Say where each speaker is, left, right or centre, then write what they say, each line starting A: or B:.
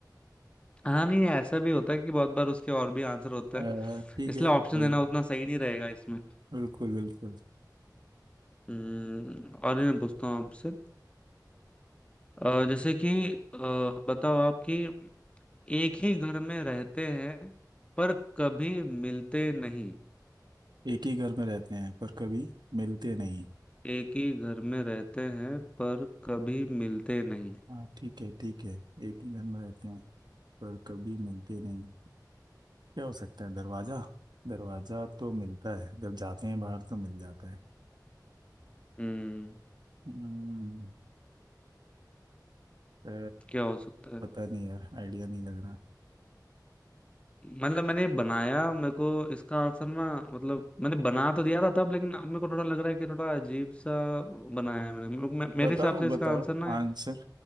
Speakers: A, on the left; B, on the right.
A: हाँ नहीं ऐसा भी होता है कि बहुत बार उसके और भी आंसर होते
B: अ,
A: हैं
B: ठीक
A: इसलिए
B: है
A: ऑप्शन
B: और
A: देना उतना सही नहीं रहेगा इसमें
B: बिल्कुल बिल्कुल
A: हम्म और भी मैं पूछता हूँ आपसे अ, जैसे कि अ, बताओ आप कि एक ही घर में रहते हैं पर कभी मिलते नहीं
B: एक ही घर में रहते हैं पर कभी मिलते नहीं
A: एक ही घर में रहते हैं पर कभी मिलते नहीं
B: हाँ ठीक है ठीक है एक ही घर में रहते हैं पर कभी मिलते नहीं क्या हो सकता है दरवाजा दरवाजा तो मिलता है जब जाते हैं बाहर तो मिल जाता है
A: हम्म
B: हम्म, अ,
A: क्या हो सकता है
B: पता नहीं यार आइडिया नहीं लग रहा
A: मतलब मैंने बनाया मेरे को इसका आंसर ना मतलब मैंने बना तो दिया था तब लेकिन अब मेरे को थोड़ा लग रहा है कि थोड़ा अजीब सा बनाया है मैंने मेरे को- मे, मेरे
B: बताओ
A: हिसाब से
B: बताओ
A: इसका आंसर ना
B: आंसर